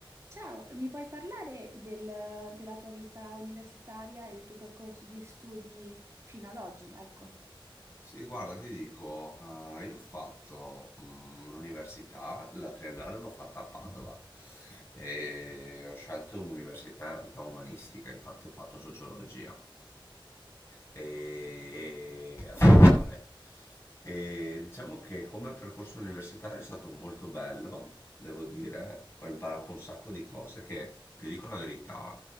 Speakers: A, on the right; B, on the left.
A: Ciao, mi puoi parlare del- della tua vita universitaria e il tuo percorso di studi fino ad oggi? Ecco.
B: Sì, guarda, ti dico, eh, io ho fatto mm, l'università, la triennale l'ho fatta a Padova e ho scelto un'università in realtà umanistica, infatti ho fatto sociologia e, e a triennale. E diciamo che come percorso universitario è stato molto bello, devo dire, ho imparato un sacco di cose che, ti dico la verità,